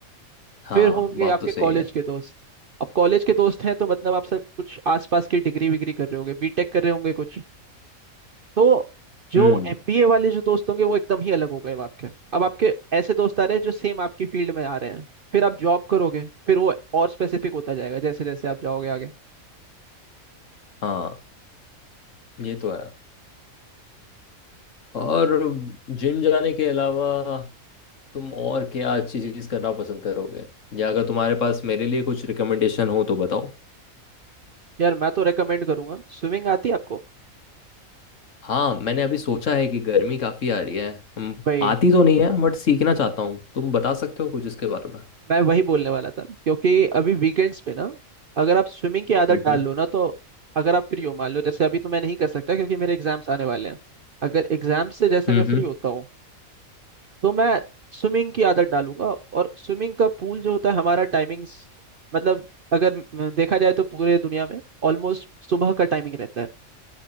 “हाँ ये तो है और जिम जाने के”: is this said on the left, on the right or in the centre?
Left